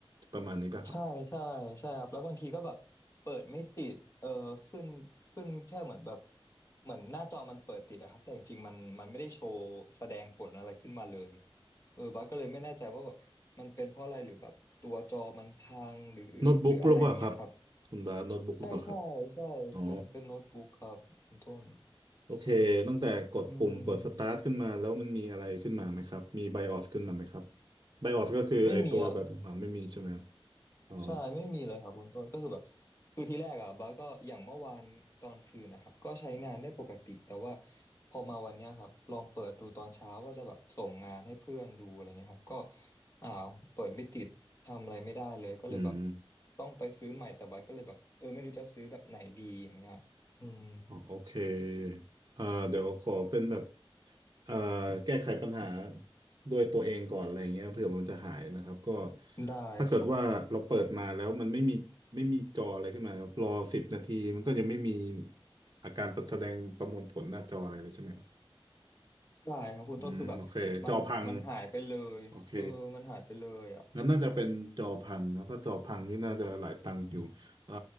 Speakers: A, on the right; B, on the left.
A: ประมาณนี้ป่ะครับ
B: ใช่ใช่ใช่ครับแล้วบางทีก็แบบเปิดไม่ติดเออขึ้นขึ้นแค่เหมือนแบบเหมือนหน้าจอมันเปิดติดอะครับแต่จริงๆมันมันไม่ได้โชว์แสดงผลอะไรขึ้นมาเลยเออบัสก็เลยไม่แน่ใจว่าแบบมันเป็นเพราะอะไรหรือแบบตัวจอมันพังหรือหรืออะไรอย่างเงี้ยครับ
A: โน้ตบุ๊กหรือเปล่าครับคุณบาสโน้ตบุ๊กหรือเปล่าครับ
B: ใช่ใช่ใช่เป็นเป็นโน้ตบุ๊กครับคุณต้น
A: อ๋อ โอเคตั้งแต่กดปุ่มเปิดสตาร์ทขึ้นมาแล้วมันมีอะไรขึ้นมาไหมครับมีไบออสขึ้นมาไหมครับ
B: อืม
A: ไบออสก็คือไอตัวแบบอ่าไม่มีใช่ไหม
B: ไม่มีอะ
A: อ๋อ
B: ใช่ไม่มีเลยครับคุณต้นก็คือแบบคือที่แรกอ่ะบ้าสก็อย่างเมื่อวานตอนคืนนะครับก็ใช้งานได้ปกติแต่ว่าพอมาวันเนี้ยครับลองเปิดดูตอนเช้าว่าจะแบบส่งงานให้เพื่อนดูอะไรเงี้ยครับก็อ้าวเปิดไม่ติดทำอะไรไม่ได้เลยก็เลยแบบ
A: อืม
B: ต้องไปซื้อใหม่แต่บ้าสก็เลยแบบเออไม่รู้จะซื้อแบบไหนดีอย่างเงี้ยอืม
A: อ๋อโอเคอ่าเดี๋ยวขอเป็นแบบอ่าแก้ไขปัญหาด้วยตัวเองก่อนอะไรเงี้ยเผื่อมันจะหายนะครับก็
B: ได้ครับ
A: ถ้าเกิดว่าเราเปิดมาแล้วมันไม่มีไม่มีจออะไรขึ้นมาครับรอสิบนาทีมันก็ยังไม่มีอาการแสดงประมวลผลหน้าจออะไรเลยใช่ไหมครับ
B: ใช่ครับคุณต้นคือแบบมันมันหายไปเลยเออมันหายไปเลยอ่ะแบบ
A: อืมโอเคจอพัง โอเคงั้นน่าจะเป็นจอพังแล้วก็จอพังนี่น่าจะหลายตังค์อยู่เอ่อ